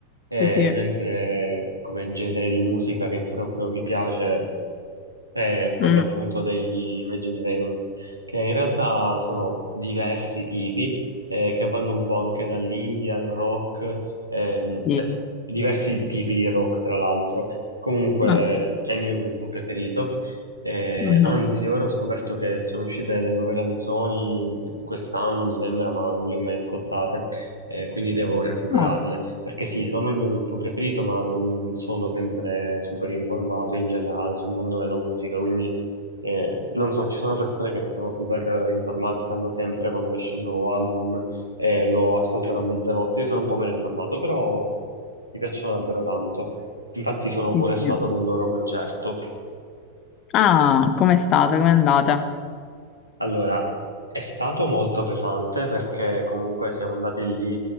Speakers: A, on the right; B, on the left.
A: Eh,
B: sì, sì.
A: mentre come genere di musica che proprio mi piace è quello
B: Mm,
A: appunto degli Imagine Dragons che in realtà sono diversi tipi, eh, che vanno un po' anche dall'indie al rock, ehm,
B: sì.
A: e diversi tipi di rock, tra l'altro. Comunque
B: Mm,
A: è il mio gruppo preferito. Eh,
B: mhm.
A: anzi, ora ho scoperto che sono uscite le nuove canzoni quest'anno, mi sembra, ma non le ho mai ascoltate, eh, quindi devo recuperarle.
B: Ah,
A: Perché sì, sono il mio gruppo preferito, ma non sono sempre super informato in generale sul mondo della musica, quindi eh, non so, ci sono persone che sono super informate, sanno sempre quando esce il nuovo album e lo ascoltano a mezzanotte. Io sono un po' meno informato, però mi piacciono davvero tanto. Infatti sono
B: sì,
A: pure stato
B: sì.
A: ad un loro concerto.
B: Ah, com'è stata? Com'è andata?
A: Allora, è stato molto pesante perché comunque siamo andati lì